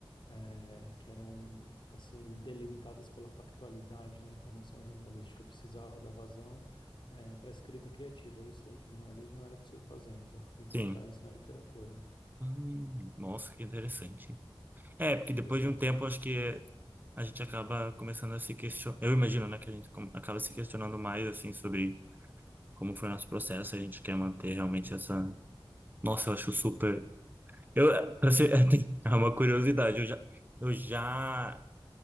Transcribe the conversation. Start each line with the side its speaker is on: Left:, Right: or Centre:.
Left: eh, que eram assim delimitadas pela factualidade da informação jornalística. Eu precisava dar vazão, para a escrita criativa. Isso dentro do jornalismo não era possível fazer, então eu fui encontrar
Right: sim.
Left: isso na literatura.
Right: Hum, nossa, que interessante. É, porque depois
Left: Pois
Right: de
Left: é.
Right: um tempo, acho que é, a gente acaba começando a se questionar. Eu imagino, né, que a gente com- acaba se questionando mais, assim, sobre como foi o nosso processo. A gente quer manter realmente essa. Nossa, eu acho super. Eu, é, pra ser... <laughs> É uma curiosidade. Eu já, eu já